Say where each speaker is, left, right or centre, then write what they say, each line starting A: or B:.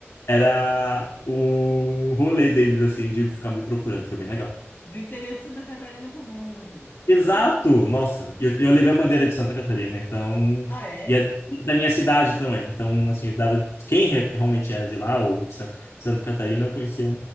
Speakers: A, on the left; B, on the left.
A: era o rolê deles, assim, de ficar me procurando, foi bem legal.
B: Do interior de Santa Catarina pro mundo.
A: Exato! Nossa, eu, eu levei a bandeira de Santa Catarina, então.
B: Ah, é?
A: E é da minha cidade também. Então, assim, eu dava, quem re- realmente era de lá, ou de Sa- Santa Catarina, eu conhecia,